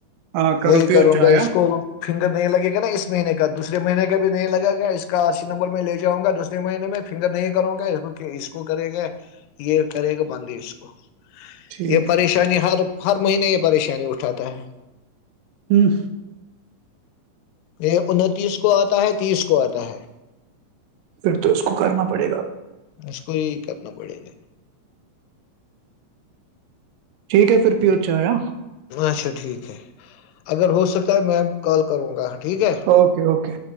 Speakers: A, on the right (about 85°); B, on the left (about 85°).
A: ہاں کرو
B: وہی
A: پیو
B: کروں
A: چایا
B: گا اس کو فنگرر نہیں لگے گا نا اس مہینے کا دوسرے مہینے کا بھی نہیں لگا گا اس کا اسی نمبر میں لے جاؤں گا دوسرے مہینے میں فنگر نہیں کروں گا اس کو کرے گا یہ کرے گا بندی اس کو
A: ٹھیک
B: یہ پریشانی
A: ہے
B: ہر ہر مہینے یہ پریشانی اٹھاتا ہے
A: ہوں
B: یہ انتیس کو آتا ہے تیس کو آتا ہے
A: پھر تو اس کو کرنا پڑے گا
B: اس کوئیکت نہ پڑے گ
A: ٹھیک ہے پھر پیو چایا
B: اچھا ٹھیک ہے اگر وہ سکتا ہے میں کال کروں گا ٹھیک ہے
A: اوکے اوکے